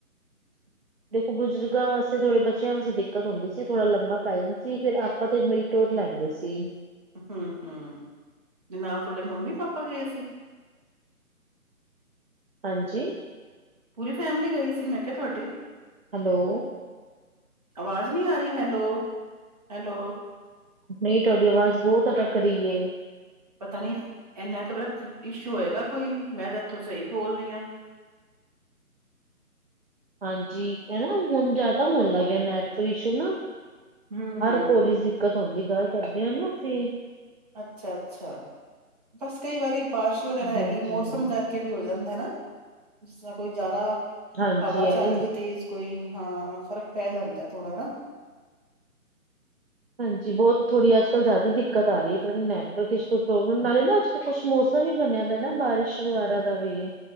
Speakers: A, on the right (about 40°); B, on the right (about 25°).
A: <inaudible> ਦੇਖੋ ਬਜ਼ੁਰਗਾਂ ਵਾਸਤੇ ਥੋੜੇ ਬੱਚਿਆਂ ਵਾਸਤੇ ਦਿੱਕਤ ਹੁੰਦੀ ਸੀ ਥੋੜਾ ਲੰਬਾ ਪੈ ਜਾਂਦਾ ਸੀ ਫਿਰ ਆਪਾਂ ਤੇ ਟੁੂਰ ਲੈਂਦੇ ਸੀ
B: ਹੂੰ ਹੂੰ ਨਾਲ ਤੁਹਾਡੇ ਮੰਮੀ ਪਾਪਾ ਗਏ ਸੀ।
A: ਹਾਂਜੀ
B: ਪੂਰੀ ਫੈਮਿਲੀ ਗਈ ਸੀ, ਮੈਂ ਕਿਆ ਤੁਹਾਡੀ।
A: ਹੈਲੋ
B: ਆਵਾਜ਼ ਨੀਂ ਆਰੀ ਹੈਲੋ ਹੈਲੋ
A: ਨਹੀਂ ਤੁਹਾਡੀ ਆਵਾਜ਼ ਬਹੁਤ ਅਟੱਕ ਰਹੀ ਏ।
B: ਪਤਾ ਨੀ ਇਹ ਨੈਟਵਰਕ ਇਸ਼ੂ ਹੈਗਾ ਕੋਈ ਮੈਂ ਤਾਂ ਇੱਥੋਂ ਸਹੀ ਬੋਲ ਰਹੀ ਹਾਂ।
A: ਹਾਂਜੀ ਹਨਾ ਹੁਣ ਜਿਆਦਾ ਹੋਣ ਲੱਗ ਗਿਆ ਨੈਟ ਇਸ਼ੂ ਨਾ।
B: ਹੂੰ ਹੂੰ
A: ਹਰ ਕੋਲੀ ਦਿੱਕਤ ਹੁੰਦੀ ਗੱਲ ਕਰਦੇ ਹ ਨਾ ਅਸੀਂ।
B: ਅੱਛਾ ਅੱਛਾ ਬਸ ਕਈ ਵਾਰੀ ਬਾਰਸ਼ ਵਗੈਰਾ ਹੈਗੀ
A: ਹਾਂਜੀ
B: ਮੌਸਮ ਕਰ। ਵੀ ਹੋ ਜਾਂਦਾ ਹਨਾ ਜਿਸ ਤਰ੍ਹਾਂ ਕੋਈ ਜ਼ਿਆਦਾ
A: ਹਾਂਜੀ
B: ਹਵਾ
A: ਇਹ
B: ਚੱਲ
A: ਵੀ
B: ਗਈ ਤੇਜ਼। ਕੋਈ ਹਾਂ ਫ਼ਰਕ ਪੈ ਜਾਂਦਾ ਥੋੜਾ ਨਾ।
A: ਹਾਂਜੀ ਬਹੁਤ ਥੋੜ੍ਹੀ ਅੱਜ ਕੱਲ੍ਹ ਜ਼ਿਆਦਾ ਦਿੱਕਤ ਆ ਰਹੀ ਹੈਰਾਣੀ ਨੈਟਵਰਕ ਵਿੱਚ ਕੋਈ ਪ੍ਰੋਬਲਮ ਨਾ ਰਹੇ ਨਾ ਅੱਜ। ਕੁੱਛ ਮੌਸਮ ਵੀ ਬਣਿਆ ਦਾ ਨਾ ਬਾਰਿਸ਼ ਵਗੈਰਾ ਦਾ ਵੀ।